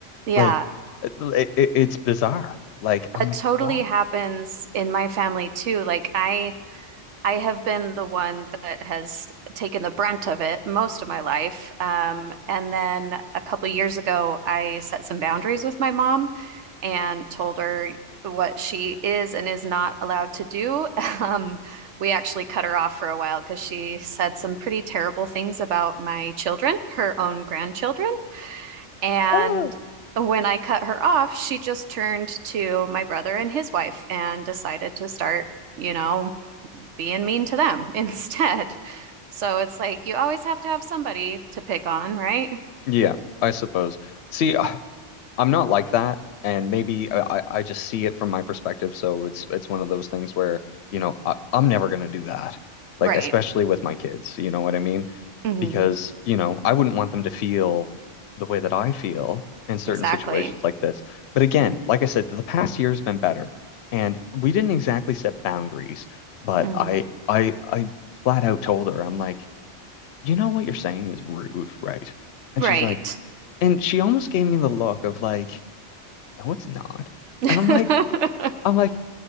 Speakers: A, on the right; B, on the left.
A: Yeah.
B: Like uh, it, it- it's bizarre. Like I'm
A: That
B: like,
A: totally
B: whoa.
A: happens in my family too. Like I I have been the one that has taken the brunt of it most of my life. Um, and then a couple of years ago, I set some boundaries with my mom and told her what she is and is not allowed to do. <laughs> Um, we actually cut her off for a while because she said some pretty terrible things about my children, her own grandchildren. And
B: Oh,
A: when I cut her off, she just turned to my brother and his wife and decided to start, you know, being mean to them <laughs> instead. So it's like you always have to have somebody to pick on, right?
B: Yeah, I suppose. See, <sighs> I'm not like that, and maybe I, I I just see it from my perspective. So it's it's one of those things where, you know, I, I'm never gonna do that. Like
A: Right.
B: especially with my kids, you know what I mean?
A: hmm
B: Because, you know, I wouldn't want them to feel the way that I feel in certain
A: Exactly.
B: situations like this. But again, like I said, the past year has been better, and we didn't exactly set boundaries, but
A: Mm.
B: I I I flat out told her, I'm like, you know what you're saying is rude, right? And
A: Right.
B: she's like, and she almost gave me the look of like, no, it's not.
A: <laughs> I
B: And I'm like, I'm like,